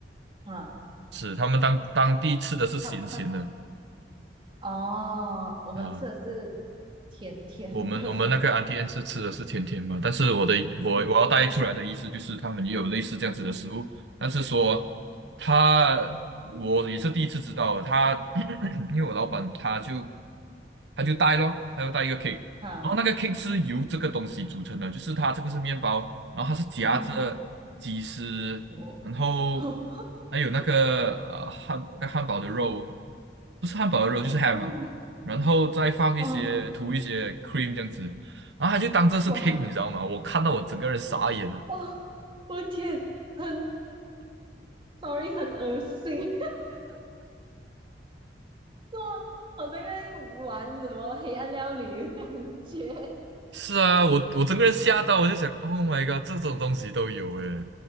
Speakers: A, on the right (about 30°); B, on the right (about 80°).
A: 啊，
B: 是他们当当地吃的是咸咸的
A: 他他他哦，我们吃的是
B: 啊。
A: 甜甜的
B: 我们我们那个 a u n t e n 是吃的是甜甜嘛，但是我的我我要带出来的意思就是他们也有类似这样子的食物，
A: <laughs> 吃。
B: 但是说他我也是第一次知道他 <coughs> <clears throat> 因为我老板他就他就带咯，他就带一个 cake，
A: 啊。
B: 然后那个 cake 是由这个东西组成的，就是它这个是面包，然后它是夹着鸡丝，
A: 哦，我
B: 然后
A: <laughs>
B: 还有那个呃汉那个汉堡的肉，不是汉堡的肉就是 ham
A: 哇
B: 啊，然后再放一些涂一些
A: 哦
B: cream 这样子，然后他就当这是
A: 哇
B: cake，你知道吗？我看到我整个人傻眼了。
A: 哇！我天，很 sorry，很恶心，<laughs> 哇，我在那里玩什么黑暗料理的感觉。
B: 是啊，我我整个人吓到，我就想，Oh my god，这种东西都有诶，